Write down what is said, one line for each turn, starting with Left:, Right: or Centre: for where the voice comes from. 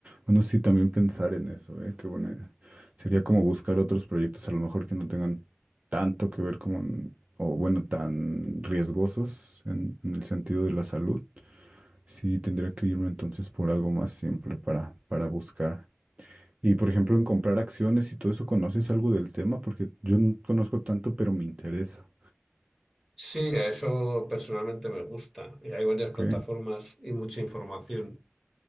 Right: Bueno, sí, también pensar en eso, ¿eh? Que bueno, sería como buscar otros proyectos a lo mejor que no tengan tanto que ver con, o bueno, tan riesgosos en, en el sentido de la salud. Sí, tendría que irme entonces por algo más simple para, para buscar. Y por ejemplo, en comprar acciones y todo eso, ¿conoces algo del tema? Porque yo no conozco tanto, pero me interesa.
Centre: Sí, a eso personalmente me gusta. Y hay varias
Right: ¿Ok?
Centre: plataformas y mucha información.